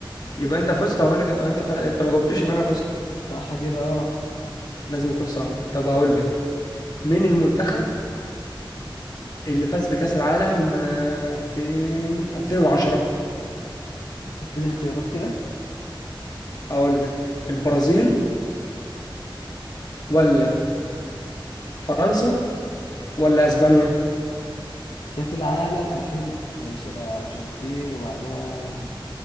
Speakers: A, on the left; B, on the left.
A: يبقى انت فزت او انا ج... انت خ... انت ما جاوبتوش يبقى انا فزت
B: صح كده أه
A: لازم يكون صعب طب اقول لك مين المنتخب اللي فاز بكأس العالم آه، 2000 2010
B: اديني اختيارات كده
A: اقول لك البرازيل ولا فرنسا ولا اسبانيا
B: كأس العالم 2000 ماشي أنا أرجنتين وبعدها